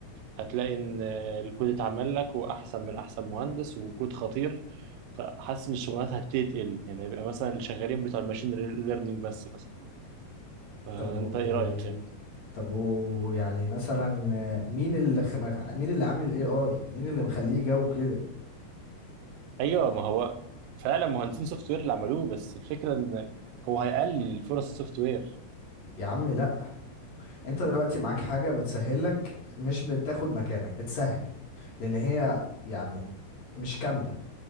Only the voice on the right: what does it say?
هتلاقي ان الكود اتعمل لك واحسن من احسن مهندس وكود خطير فحاسس ان الشغلانات هتبتدي تقل يعني يبقى مثلا اللي شغالين بتوع الماشين ليرنينج بس مثلا فانت
ايه رايك يعني
ايوه ما هو فعلا مهندسين سوفت وير اللي عملوه بس الفكره ان هو هيقلل فرص السوفت وير